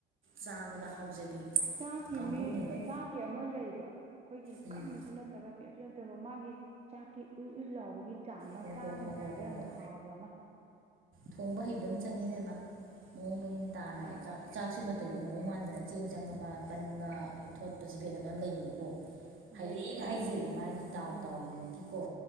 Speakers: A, on the right; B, on the right.
A: ꯆꯥꯕꯗ ꯍꯥꯎꯖꯕꯤ
B: ꯆꯥꯛꯀꯤ
A: ꯀꯥꯡꯕꯨꯅꯦꯕ
B: ꯃꯤ ꯆꯥꯛꯀꯤ ꯑꯃ ꯂꯩꯕ ꯑꯩꯈꯣꯏꯒꯤ
A: ꯎꯝ
B: ꯀꯟꯕꯁꯨ ꯅꯠꯇꯕ ꯄꯦꯞꯁꯨ ꯅꯠꯇꯕ ꯃꯥꯒꯤ ꯆꯥꯛꯀꯤ ꯎꯏ ꯎꯏ ꯂꯥꯎꯕꯒꯤ ꯛꯆꯥꯡ ꯑꯃ
A: ꯍꯣ
B: ꯆꯥꯕ
A: ꯍꯣ ꯍꯣ
B: ꯃꯇꯝꯗ
A: ꯍꯣ ꯍꯣ
B: ꯌꯥꯝꯅ
A: ꯍꯣꯏ
B: ꯍꯥꯎꯕ ꯑꯃ
A: ꯊꯣꯡꯕ ꯍꯩꯕ ꯑꯃ ꯆꯪꯉꯤꯗꯅ ꯃꯑꯣꯡ ꯃꯔꯤꯡ ꯇꯥꯅ
B: ꯍꯣꯏ
A: ꯆꯥꯛ ꯆꯥꯛꯁꯤ ꯃꯇꯩ
B: ꯎꯝ
A: ꯃꯑꯣꯡ ꯃꯥꯟꯗꯅ ꯆꯦꯡ ꯆꯪꯉꯕ ꯀꯟꯕ ꯊꯣꯠꯄꯁꯦ ꯕꯦꯠꯅ ꯃꯌꯥꯝ ꯂꯩꯕꯅꯤꯀꯣ ꯍꯔꯦꯛ
B: ꯂꯩ ꯂꯩ
A: ꯍꯥꯏꯁꯩ
B: ꯂꯩ
A: ꯃꯥꯒꯤ ꯗꯥꯎꯗꯥꯎ
B: ꯎꯝ
A: ꯅꯨꯃꯤꯀꯤꯀꯣ